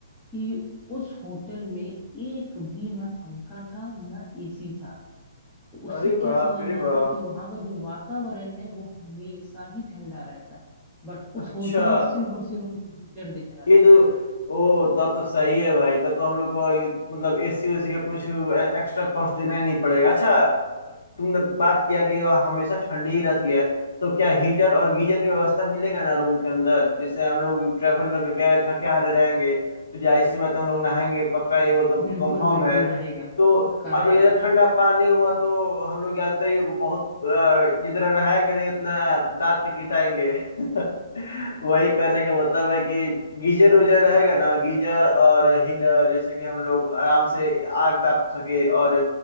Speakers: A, in the centre; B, on the left (about 75°).
A: कि उस होटल में एक भी ना पंखा था ना एसी था तो उससे
B: अरे
A: क्या
B: बाप
A: समझ
B: रे
A: में आता
B: बाप
A: है कि वहां का जो वातावरण है वो हमेशा ही ठंडा रहता है बट उस
B: अच्छा
A: होटल में सिर्फ और सिर्फ हमको हीटर दिख रहा
B: ये
A: था
B: तो ओ तब तो सही है भाई तब तो हम लोग को ये- मतलब एसी ओसी का कुछ एक्स्ट्रा कॉस्ट देना ही नहीं पड़ेगा अच्छा तुमने बात किया कि वहाँ हमेशा ठंडी ही रहती है तो क्या हीटर और गीजर की व्यवस्था मिलेगा ना रूम के अंदर जैसे हम लोग ट्रैवल करके गए थके हारे रहेंगे तो जाहिर सी बात है, हम लोग नहाएंगे पक्का
A: हम्म।
B: ये वो तो
A: बिल्कुल
B: कंफर्म
A: बिल्कुल
B: है
A: रहेगा
B: तो
A: पक्का
B: अगर
A: रहेगा
B: ज़्यादा ठंडा पानी हुआ तो हम लोग जानते ही हो कि बहुत अ, जितना नहाएंगे नहीं उतना दांत किटकिटाएंगे <laughs> वही करने का मतलब है कि गीजर उजर रहेगा ना गीजर और हीटर जैसे कि हम लोग आराम से आग ताप सके और